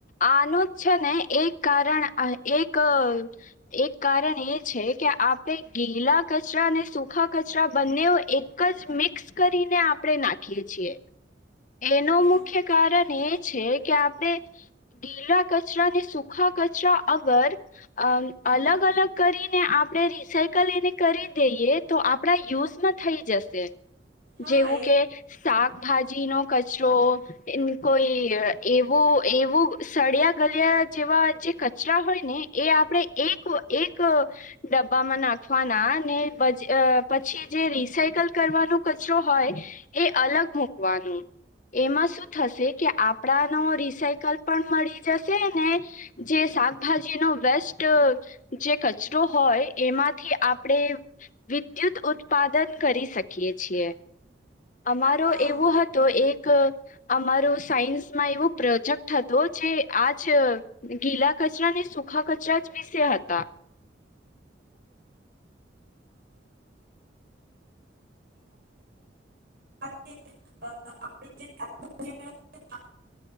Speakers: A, on the left; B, on the right.
A: આનું જ છે ને એક કારણ એક અ એક કારણ એ છે કે આપણે ગીલા કચરાને સુખા કચરા બંને એક જ મિક્સ કરીને આપણે નાખીએ છીએ. એનું મુખ્ય
B: હા
A: કારણ એ છે, કે આપડે ગીલા કચરા ને સૂખા કચરા અગર અ અલગ અલગ કરીને આપણેે રિસાયકલ એને કરી દઈએ તો આપણા યુઝમાં થઈ જશે.
B: હા
A: જેવું
B: એ
A: કે શાકભાજી નો કચરો કોઈ અ એવું એવું સળિયા ગલિયા જેવા કચરા હોયને એ આપણે એક એક અ ડબ્બામાં નાખવાના ને પછી અ જે રિસાયકલ કરવાનું કચરો હોય એ અલગ મૂકવાનું. એમાં શું થશે કે આપણાનો રિસાયકલ પણ મળી જશે ને જે કે શાકભાજી નો વેસ્ટઅ જે કચરો હોય એમાંથી આપણે વિદ્યુત ઉત્પાદન કરી શકીએ છીએ. અમારો
B: હા
A: એવો હત તો એક અમારું સાયન્સમાં એવું પ્રોજેક્ટ હતો જે આજ અ ગીલા કચરાને સૂખા કચરા જ વિશે હતા. <inaudible>
B: આપ જે <unintelligible>